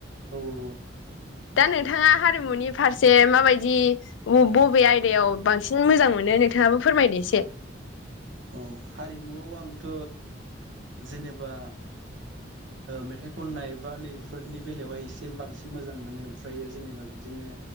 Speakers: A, on the right; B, on the left.
A: अ
B: दा नोंथाङा हारिमुनि फारसे माबायदि बबे आयदायाव बांसिन मोजां मोनो नोंथाङाबो फोरमायदो एसे
A: औ हारिमुआव आंथ' जेनेबा मेथाइ खननाय बा नैबेफोरनि बेलायावहाय एसे बांसिन मोजां मोनो ओमफ्रायो जेनेबा बिदिनो